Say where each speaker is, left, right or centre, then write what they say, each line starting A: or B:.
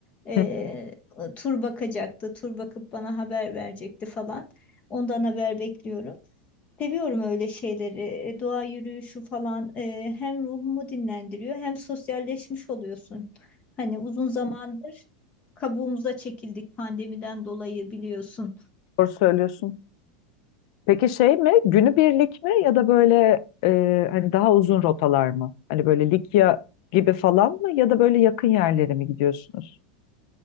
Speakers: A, on the left; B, on the left.
A: Ee,
B: Hı,
A: o tur bakacaktı, tur bakıp bana haber verecekti falan. Ondan haber bekliyorum. Seviyorum öyle şeyleri. E, Doğa yürüyüşü falan e, hem ruhumu dinlendiriyor hem sosyalleşmiş oluyorsun. Hani uzun zamandır kabuğumuza çekildik pandemiden dolayı biliyorsun.
B: Doğru söylüyorsun. Peki şey mi günübirlik mi ya da böyle e, hani daha uzun rotalar mı? Hani böyle Likya gibi falan mı ya da böyle yakın yerlere mi gidiyorsunuz?